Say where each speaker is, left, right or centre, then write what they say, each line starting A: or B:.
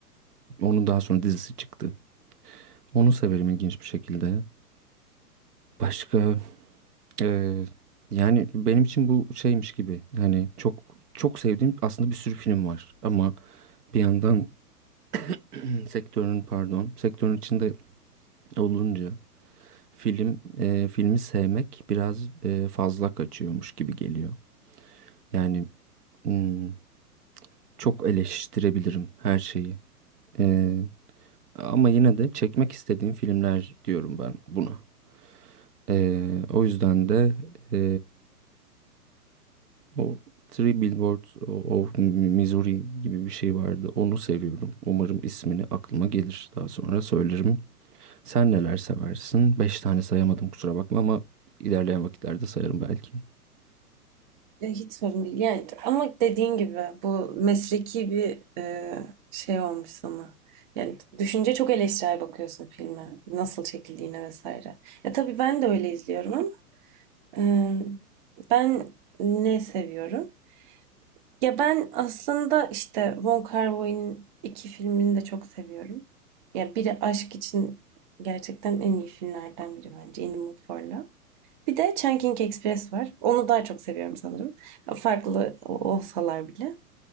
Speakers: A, on the right (about 75°); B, on the right (about 35°).
A: onun daha sonra dizisi çıktı. Onu severim ilginç bir şekilde. Başka e, yani benim için bu şeymiş gibi. Hani çok çok sevdiğim aslında bir sürü film var. Ama bir yandan <clears throat> sektörün pardon sektörün içinde olunca Film e, filmi sevmek biraz e, fazla kaçıyormuş gibi geliyor. Yani hmm, çok eleştirebilirim her şeyi. E, ama yine de çekmek istediğim filmler diyorum ben buna. E, o yüzden de e, o Three Billboards of Missouri gibi bir şey vardı. Onu seviyorum. Umarım ismini aklıma gelir. Daha sonra söylerim. Sen neler seversin? Beş tane sayamadım kusura bakma ama ilerleyen vakitlerde sayarım belki.
B: Ya hiç sorun değil. Yani ama dediğin gibi bu mesleki bir e, şey olmuş sana. Yani düşünce çok eleştirel bakıyorsun filme. Nasıl çekildiğine vesaire. Ya tabii ben de öyle izliyorum ama e, ben ne seviyorum? Ya ben aslında işte Wong Kar-wai'nin iki filmini de çok seviyorum. Ya biri aşk için gerçekten en iyi filmlerden biri bence In the Mood for Love. Bir de Chungking Express var. Onu daha çok seviyorum sanırım. Farklı o- olsalar bile.